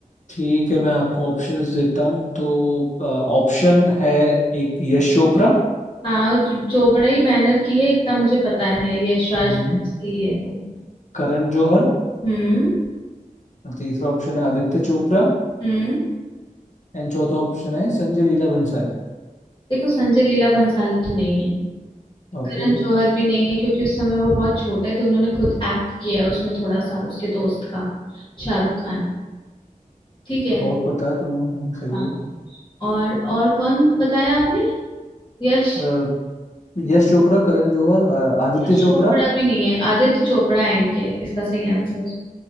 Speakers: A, on the left (about 60°); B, on the left (about 35°).
A: ठीक है मैं आपको ऑप्शंस देता हूँ तो ऑप्शन है एक यश चोपड़ा
B: हाँ जो- चोपड़ा ही बैनर की है इतना मुझे पता है यश राज
A: हम्म,
B: फिल्म्स की ही है वो
A: करण जौहर
B: हम्म
A: और तीसरा ऑप्शन है आदित्य चोपड़ा
B: हम्म
A: एंड चौथा ऑप्शन है संजय लीला भंसाली
B: देखो संजय लीला भंसाली तो नहीं है
A: ओके
B: करण जौहर भी नहीं है क्योंकि उस समय वो बहुत छोटे थे उन्होंने खुद एक्ट किया है उसमें थोड़ा सा उसके दोस्त का शाहरुख खान ठीक है
A: बहुत पता है तुम्हें हम्म,
B: हाँ
A: सही है
B: और और कौन बताया आपने यश
A: अ, यश चोपड़ा करण जौहर अ, आदित्य
B: यश
A: चोपड़ा
B: चोपड़ा भी नहीं है आदित्य चोपड़ा है इनके इसका सही आंसर